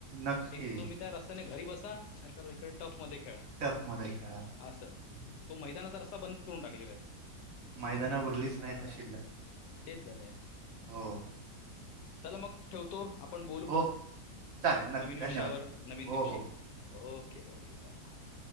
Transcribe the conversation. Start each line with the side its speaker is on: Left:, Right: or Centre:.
Right: नक्की
Left: एक तुम्ही त्या रस्त्याने घरी बसा. नाही तर इकडे टफ मध्ये खेळ
Right: टफ मध्ये खेळा हम्म,
Left: असं तो मैदानात अस बंदच करून टाकलेलं आहे.
Right: मैदान उरलीच
Left: हा
Right: नाही तर शिल्लक
Left: तेच झालंय
Right: हो.
Left: चला मग ठेवतो. आपण बोलू
Right: हो
Left: परत
Right: चालेल नक्की
Left: नवीन विषयावर
Right: धन्यवाद
Left: नवीन
Right: हो
Left: दिवशी
Right: हो
Left: ओके ओके बाय. हां